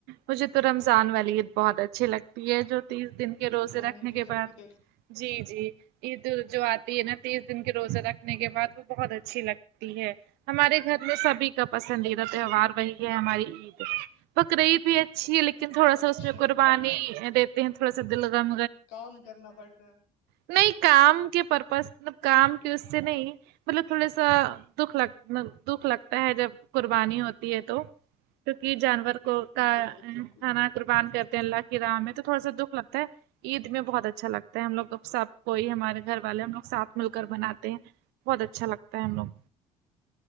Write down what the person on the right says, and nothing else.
مجھے تو رمضان والی عید بہت اچھی لگتی ہے جو تیس دن کے روزے
رکھنے
کے
بعد جی جی عید جو آتی ہے نا تیس دن کے روزے رکھنے کے بعد وہ بہت اچھی لگتی ہے ہمارے گھر میں سبھی کا پسندیدہ تہوار وہی ہے ہماری عید بکرا عید بھی اچھی ہے لیکن تھوڑا
سا اس میں قربانی دیتے ہیں تھوڑا سا دلگم
نہیں کام کے پرپز مب کام کی اس سے نہیں مطلب تھوڑا سا دکھ لگ دکھ لگتا ہے جب قربانی ہوتی ہے تو کیونکہ جانور کو کا
ہناا قربان کرتے ہیں اللہ کی راہ میں تو تھوڑا سا دکھ لگتا ہے عید میں بہت اچھا لگتا ہے ہم لوگ سب کوئی ہمارے گھر والے ہم لوگ ساتھ مل کر بناتے ہیں بہت اچھا لگتا ہے ہم لگ